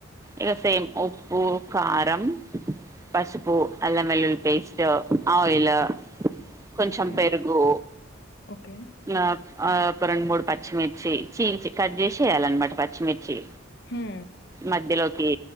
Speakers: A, on the right; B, on the left.
A: ఇక సేమ్ ఉప్పు కారం పసుపు అల్లం వెల్లుల్లి పేస్ట్ ఆయిల్ కొంచం
B: ఓకే.
A: పెరుగు
B: ఓకే.
A: ఆ ఆ ఒక రెండు మూడు పచ్చిమిర్చి చీల్చ కట్ చేసి వయాలన్నమాట ప పిచ్చిమిర్చి
B: హ్మ్.
A: మధ్యలోకి